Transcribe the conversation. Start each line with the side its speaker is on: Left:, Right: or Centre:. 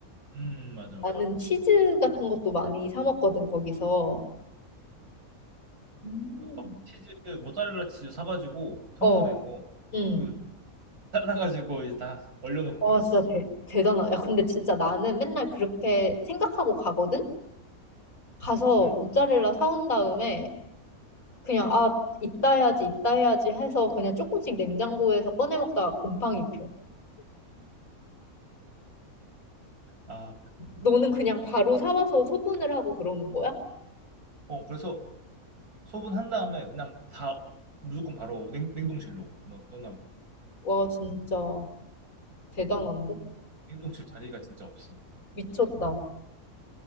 Right: 음, 맞아, 맞아.
Left: 나는 치즈 같은 것도 많이 사 먹거든, 거기서. 음.
Right: 저도 막 치즈 모짜렐라 치즈 사가지고 통으로
Left: 어,
Right: 된 거
Left: 응.
Right: 그 잘라가지고 이제 다 얼려놓고
Left: 와,
Right: 그랬어
Left: 진짜
Right: 지금.
Left: 대, 대단하다. 야, 근데 진짜 나는 맨날 그렇게 생각하고 가거든? 가서
Right: 음.
Left: 모짜렐라 사온 다음에 그냥, 아, 이따 해야지, 이따 해야지 해서 그냥 조금씩 냉장고에서 꺼내 먹다가 곰팡이 펴.
Right: 아,
Left: 너는 그냥 바로 사와서 소분을 하고 그러는 거야?
Right: 어 그래서 소분한 다음에 그냥 다 무조건 바로 냉, 냉동실로 넣, 넣어놔버려.
Left: 와, 진짜 대단한데?
Right: 냉동실 자리가 진짜 없어.
Left: 미쳤다.